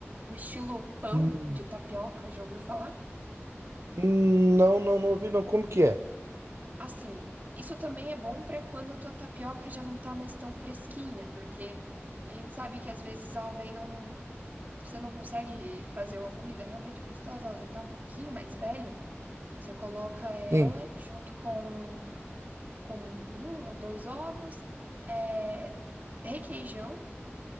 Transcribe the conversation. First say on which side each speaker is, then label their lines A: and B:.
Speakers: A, on the right (about 40°); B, on the right (about 75°).
A: um estilo pão
B: Hum,
A: de tapioca, já ouviu falar?
B: hum, não, não, não ouvi, não. Como que é?
A: Assim, isso também é bom para quando a tua tapioca já não tá mais tão fresquinha, porque a gente sabe que às vezes ela daí não, você não consegue fazer uma comida realmente gostosa, ela já tá um pouquinho mais velha. Você coloca ela
B: Sim,
A: junto com, com um ou dois ovos, é, requeijão,